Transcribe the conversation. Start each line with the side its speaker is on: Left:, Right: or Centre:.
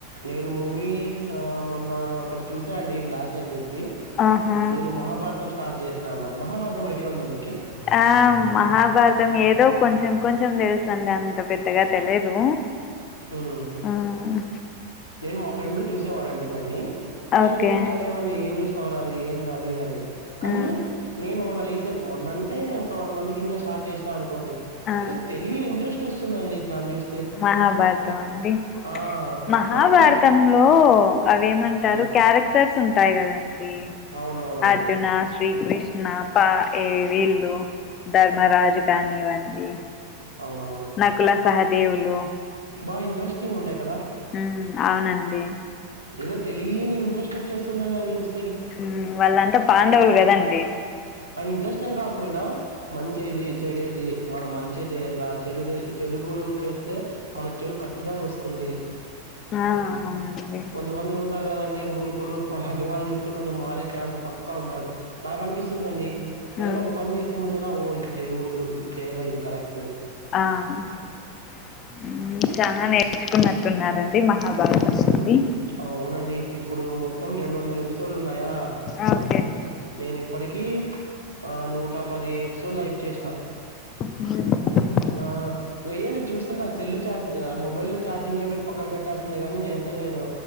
Right: నేను మూవీ హా మొన్న ఒకటి చూసా అండి బ్లాస్ట్ అని చెప్ పి
Left: ఆహా
Right: నేను మహాభారతం స్టార్ట్ చేసిన అనమాట మహాభారతం ఐడియా ఉందా మీకు
Left: ఆ మహాభారతం ఏదో కొంచెం కొంచెం తెలుసు అండి అంత పెద్దగా తెలియదు
Right: హ్మ్
Left: మ్మ్,
Right: నేను మా ఫ్రెండ్ చూసేవాడండి దాన్ని నేను
Left: ఓకే
Right: ఊరికి అనేవాడిని ఏం చూస్తావురా అది ఏంది అది ఇది అని కానీ
Left: మ్మ్,
Right: నేను మొన్న రీసెంట్ మొన్నంటే ఒక వన్ మంత్ కింద స్టార్ట్ చేసినా అనుకోండి
Left: ఆ,
Right: ఏదో తెలియని ఇంట్రెస్ట్ వస్తుంది అండి దాన్ని చూస్తే
Left: మహాభార్ త మండి
Right: ఆ
Left: మహాభారతంలో
Right: మొత్తం
Left: అవేమంటారు
Right: ఉమ్
Left: క్యారె క్టర్స్ ఉంటాయి కదండి
Right: అవునవునవును
Left: అర్జున శ్రీకృష్ నా పా ఏ వీళ్ళు ధర్మరాజు కానివ్వండి
Right: అవును అవును
Left: నకుల సహదేవులు
Right: బాగా ఇంట్రెస్టింగ్ ఉంటాయి కదా
Left: హ్మ్ అవునండి
Right: ఏదో తెలీని ఇంట్రెస్ట్ వచ్చేస్తుందండి అవి చూస్
Left: హ్మ్ వాళ్ళంతా పాండవులు కదండి
Right: ఆ ఇంట్రెస్ట్ అయినా కాకపోయినా మంచేది చెడేది మనం మంచే చేయ్యల చెడుదే చెడుగు చేస్ తే మనకు చెడు ఖచ్చితంగా వస్తుంది
Left: ఆ అవునండి
Right: ప్చ్ కొంతమంది ఉం టారు కదండి మూర్ఖులు అలాంటి వాళ్ళు చూత్తే కొంచెం మారే ఛాన్స్ పక్కా ఉంటాది నాకు అనిపిస్తుందండి ఏదైనా
Left: ఆ
Right: ఒక పని చేసే ముందేనా ఓ ఇది చేయకూడదు ఇది చేయాలా ఇది కరెక్టు
Left: ఆ మ్మ్ చానా నేర్చుకున్నట్టున్నారండి మహాభారతం నుండి
Right: అవునండి ఇప్పుడు మొత్తం రెండు వందల ఎపిసోడ్లు ఉన్నాయా
Left: అవ్
Right: నేను ఇప్పటికి ఆ నూట పది ఎపిసోడ్లు ఐప్ చేసిన
Left: హ్మ్
Right: ఆ ఇంగ ఏంది చూస్తుంటే సెల్లు చార్జి ఆ మొబైల్లో ఛార్జింగ్ అయిపోయి పక్కన పెట్టాల్సిందే గానీ నేం తకి నేను